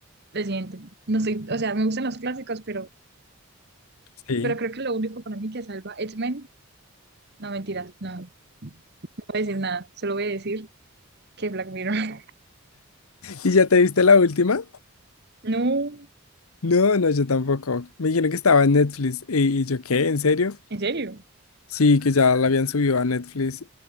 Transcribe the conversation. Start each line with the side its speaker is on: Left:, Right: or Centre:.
Right: Lo siento. No soy, o sea, me gustan los clásicos, pero
Left: Sí.
Right: Pero creo que lo único para mí que salva X-Men, no mentiras, no, no voy a decir nada, solo voy a decir que Black Mirror. <laughs>
Left: ¿Y ya te viste la última?
Right: No,
Left: No, no, yo tampoco. Me dijeron que estaba en Netflix. ¿Y, y yo qué? ¿En serio?
Right: en serio.
Left: Sí, que ya la habían subido a Netflix.